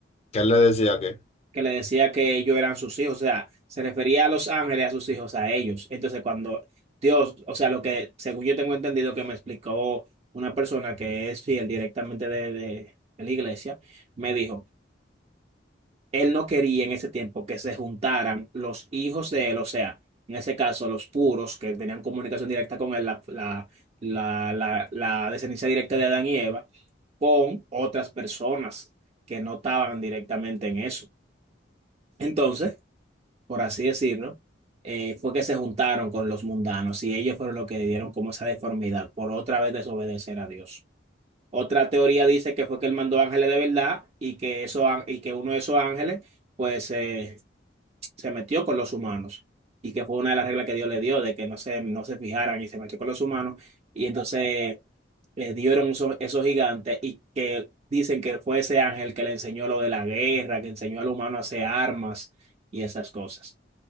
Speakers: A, on the left; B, on the right.
A: qué le decía que?
B: que le decía que ellos eran sus hijos, o sea, se refería a los ángeles, a sus hijos, a ellos. Entonces, cuando Dios, o sea, lo que, según yo tengo entendido que me explicó una persona que es fiel directamente de, de de la iglesia, me dijo, él no quería en ese tiempo que se juntaran los hijos de él, o sea, en ese caso, los puros que tenían comunicación directa con él, la, la, la, la, la descendencia directa de Adán y Eva, con otras personas que no estaban directamente en eso. Entonces, por así decirlo, eh, fue que se juntaron con los mundanos y ellos fueron los que le dieron como esa deformidad por otra vez desobedecer a Dios. Otra teoría dice que fue que él mandó ángeles de verdad y que, eso, y que uno de esos ángeles pues eh, se metió con los humanos y que fue una de las reglas que Dios le dio de que no se, no se fijaran y se metió con los humanos y entonces le dieron eso- esos gigantes y que dicen que fue ese ángel que le enseñó lo de la guerra, que enseñó al humano a hacer armas y esas cosas.